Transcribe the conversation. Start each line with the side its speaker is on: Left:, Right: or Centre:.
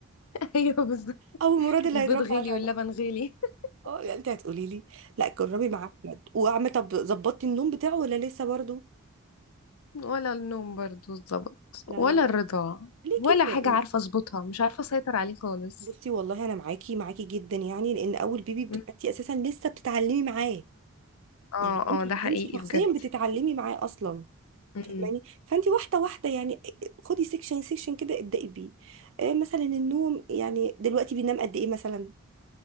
Left: <laughs> ايوه بالظبط
Right: ابو مراد اللي
Left: البيض
Right: هيضربنا
Left: غلي
Right: عشانها
Left: واللبن غلي <laughs>
Right: اه يعني انت هتقولي لي لا جربي معاه بجد وعم طب ظبطتي النوم بتاعه ولا لسه برضه
Left: ولا النوم برضو اتظبط
Right: لا
Left: ولا
Right: لا
Left: الرضاعه
Right: ليه
Left: ولا
Right: كده
Left: حاجه
Right: يعني؟
Left: عارفه اظبطها مش عارفه اسيطر عليه خالص
Right: بصي والله انا معاكي معاكي جدا يعني لان اول بيبي بتبقى
Left: م.
Right: انت اساسا لسه بتتعلمي معاه
Left: اه
Right: يعني انت
Left: اه ده حقيقي
Right: انت شخصيا
Left: بجد
Right: بتتعلمي معاه اصلا
Left: مم.
Right: فاهماني فانت واحده واحده يعني خدي سيكشن سيكشن كده ابدأي بيه آه مثلا النوم يعني دلوقتي بينام قد ايه مثلا